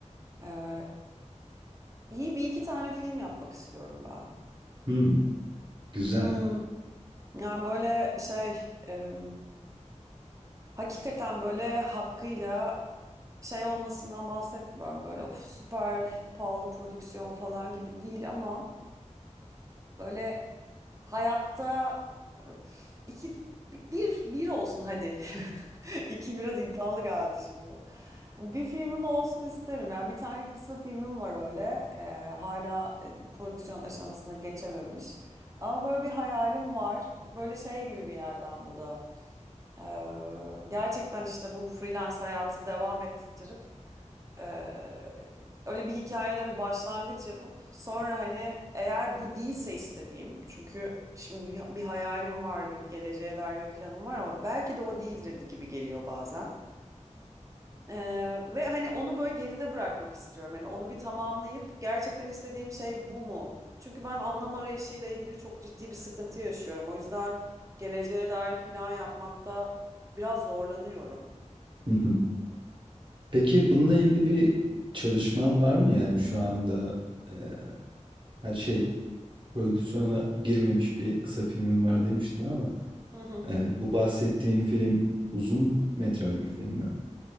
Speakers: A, on the right (about 25°); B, on the right (about 40°).
A: Ee, iyi bir iki tane film yapmak istiyorum ben.
B: Hmm, güzel.
A: Hmm, yani böyle şey em, hakikaten böyle hakkıyla şey olmasından bahsetmiyorum. Böyle of süper pahalı prodüksiyon falan gibi değil ama. Böyle hayatta öf, iki bir bir olsun hadi. <laughs> İki biraz iddialı geldi şimdi. Bir filmim olsun isterim. Yani bir tane kısa filmim var öyle. Ee, hala e, prodüksiyon aşamasına geçememiş. Ama böyle bir hayalim var. Böyle şey gibi bir yerden bu da. Ee, gerçekten işte bu freelance hayatı devam ettirip ee, öyle bir hikayede bir başlangıç yapıp sonra hani eğer bu değilse istediğim çünkü şimdi bir, bir hayalim var bir geleceğe dair bir planım var ama belki de o değildir gibi geliyor bazen. Ee, ve hani onu böyle geride bırakmak istiyorum. Hani onu bir tamamlayıp gerçekten istediğim şey bu mu? Çünkü ben anlam arayışıyla ilgili çok ciddi bir sıkıntı yaşıyorum. O yüzden geleceğe dair plan yapmakta biraz zorlanıyorum.
B: <laughs> Peki bununla ilgili bir çalışman var mı? Yani şu anda e, her şey prodüksiyona girmemiş bir kısa filmin var demiştin ama
A: <laughs>
B: e, bu bahsettiğin film uzun metraj bir film mi?